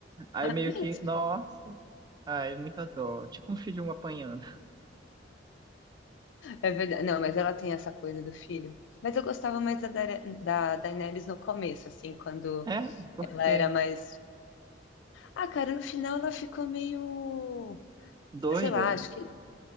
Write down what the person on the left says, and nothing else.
<laughs>
É verdade. Não, mas ela tem essa coisa do filho. Mas eu gostava mais da, Dara- da Daenerys no começo, assim, quando
ela era mais. Ah, cara, no final ela ficou meio.
Sei lá, acho que